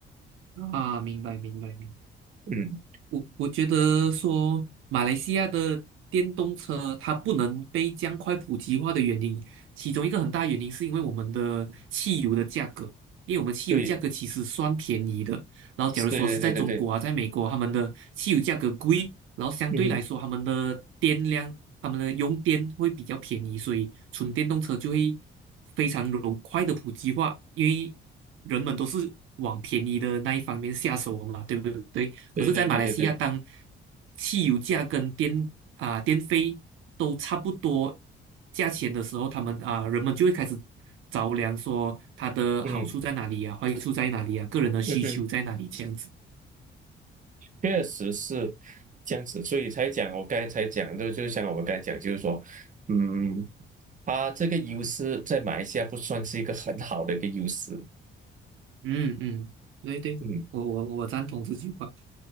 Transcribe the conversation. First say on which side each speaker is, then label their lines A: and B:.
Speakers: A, on the right (about 85°); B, on the right (about 40°).
A: 嗯，啊，明白明白明白。
B: 嗯，
A: 我我觉得说，马来西亚的电动车它不能被这样快普及化的原因，其中一个很大原因是因为我们的汽油的价格，因为我们汽油价格其实算便宜的。
B: 对，
A: 然后假如说是在中国啊，
B: 对对对对对，
A: 在美国，他们的汽油价格贵，然后相对来说他们的电量、
B: 嗯哼，
A: 他们的用电会比较便宜，所以纯电动车就会非常容快的普及化，因为人们都是往便宜的那一方面下手嘛，对不对？
B: 对对对对对，
A: 可是，在马来西亚，当汽油价跟电啊、电费都差不多价钱的时候，他们啊、人们就会开始着凉，说它的好处在哪里呀、
B: 嗯
A: 坏处在哪里呀、个人的需求在哪里这样子。
B: 嗯哼，确实是这样子，所以才讲我刚才才讲，就就像我们刚才讲，就是说，嗯，它这个优势在马来西亚不算是一个很好的一个优势。
A: 嗯嗯，对对，
B: 嗯
A: 我我我赞同这句话。